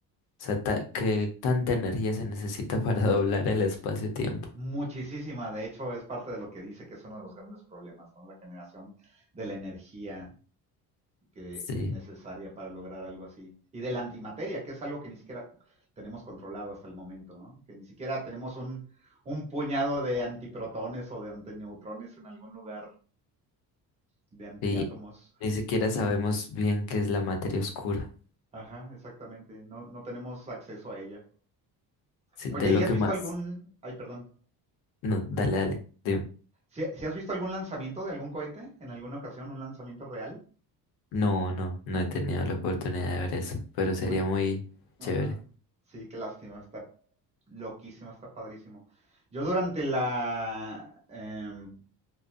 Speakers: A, on the left; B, on the right.
A: O sea, ta- ¿qué tanta energía se necesita <laughs> para doblar el espacio-tiempo?
B: Muchísima, de hecho, es parte de lo que dice que es uno de los grandes problemas, ¿no? La generación de la energía que
A: Sí,
B: es necesaria para lograr algo así. Y de la antimateria, que es algo que ni siquiera tenemos controlado hasta el momento, ¿no? Que ni siquiera tenemos un, un puñado de antiprotones o de antineutrones en algún lugar de antiátomos.
A: sí, ni siquiera sabemos bien qué es la materia oscura.
B: Ajá, exactamente. No, no tenemos acceso a ella.
A: Sí,
B: Oye,
A: de lo
B: ¿y has
A: que
B: visto
A: más.
B: algún... Ay, perdón.
A: No, dale, dale. dime.
B: ¿Si, si has visto algún lanzamiento de algún cohete en alguna ocasión, un lanzamiento real?
A: No, no, no he tenido la oportunidad de ver eso, pero sería
B: Uy,
A: muy
B: ajá.
A: chévere.
B: Sí, qué lástima, está loquísimo, está padrísimo. Yo durante la... em,